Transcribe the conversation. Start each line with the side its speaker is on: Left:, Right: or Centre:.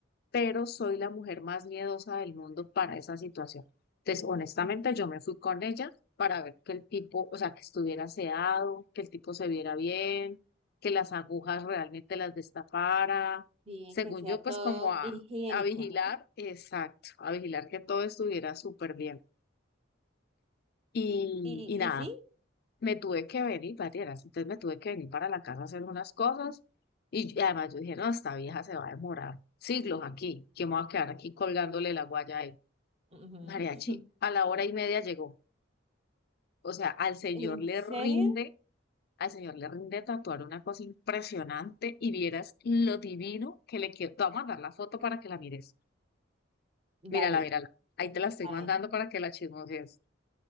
Left: pero soy la mujer más miedosa del mundo para esa situación. Entonces, honestamente, yo me fui con ella para ver que el tipo, o sea, que estuviera sedado, que el tipo se viera bien, que las agujas realmente las destapara.
Right: Sí,
Left: Según
Right: que sea
Left: yo,
Right: todo
Left: pues como a,
Right: higiénico,
Left: a vigilar,
Right: ajá.
Left: exacto, a vigilar que todo estuviera súper bien. Y,
Right: ¿Y,
Left: y
Right: y
Left: nada,
Right: sí?
Left: me tuve que venir, varias, entonces me tuve que venir para la casa a hacer unas cosas y, y además yo dije, no, esta vieja se va a demorar siglos aquí, que me voy a quedar aquí colgándole la guaya a él.
Right: Ujú.
Left: Mariachi,
Right: <laughs>
Left: a la hora y media llegó, o sea, al señor
Right: ¿En
Left: le
Right: serio?
Left: rinde, al señor le rinde tatuar una cosa impresionante y vieras lo divino que le quiero, te voy a mandar la foto para que la mires, mírala,
Right: Vale,
Left: mírala, ahí te la estoy
Right: a
Left: mandando
Right: ver. <gasps>
Left: para que la chismosees.